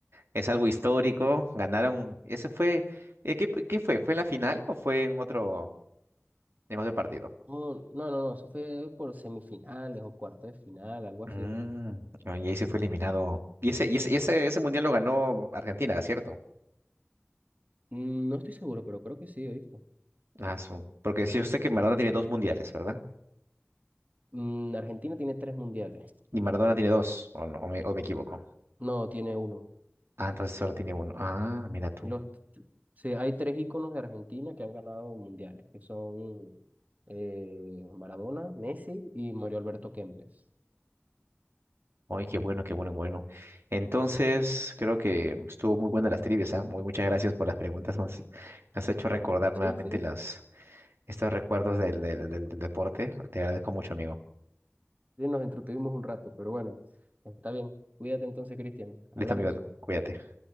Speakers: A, on the right; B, on the right.
A: es algo histórico, ganaron, ese fue, eh, ¿qué, qué fue? ¿Fue en la final o fue en otro, en otro partido?
B: No, no, no, no, eso fue por semifinales o cuartos de final, algo
A: Mm,
B: así.
A: ah, y ahí se fue eliminado. Y ese, y ese, y ese, ese mundial lo ganó Argentina, ¿cierto?
B: Mm, No estoy seguro, pero creo que sí, ¿oíste?
A: Ah, su. Porque sí, yo sé que Maradona tiene dos mundiales, ¿verdad?
B: Mm, Argentina tiene tres mundiales.
A: Y Maradona tiene dos, o, no, o me, o me equivoco.
B: No, tiene uno.
A: Ah, entonces solo tiene uno. Ah, mira tú.
B: Los, sí, hay tres íconos de Argentina que han ganado mundiales, que son eh, Maradona, Messi y Mario Alberto Kempes.
A: Ay, qué bueno, qué bueno, qué bueno. Entonces, creo que estuvo muy buena las trivias, ¿ah? Muy muchas gracias por las preguntas. Me has, me has hecho recordar nuevamente
B: Sí, sí,
A: las,
B: sí,
A: estos recuerdos del, del, del del deporte. Te agradezco mucho, amigo.
B: nos entretuvimos un rato, pero bueno, está bien. Cuídate entonces, Cristian. Hablamos.
A: Listo, amigo, cuídate.